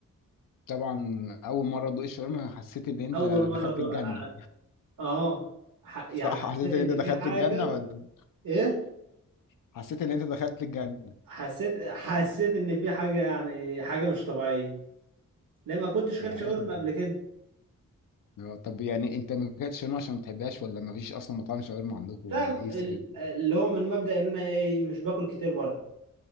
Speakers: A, on the left (about 75°); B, on the right (about 75°).
A: طبعا اول مره ادوق الشاورما حسيت ان انت
B: اول مره
A: دخلت
B: ادوق
A: الجنه
B: اه ح- يعني
A: صح
B: حسيت
A: حسيت ان
B: ان
A: انت دخلت
B: في حاجه
A: الجنه ولا
B: ايه
A: حسيت ان انت دخلت الجنه
B: حسيت حسيت ان في حاجه يعني حاجه مش طبيعيه ليه ما كنتش
A: طب
B: كلت
A: حلو
B: شاورما قبل كده
A: اه طب يعني انت ما كانتش شاورما عشان ما بتحبهاش ولا ما فيش اصلا مطاعم شاورما عندكم
B: لا
A: ولا ايه السبب؟
B: ال- اللي هو من مبدأ ان انا ايه مش باكل كتير بره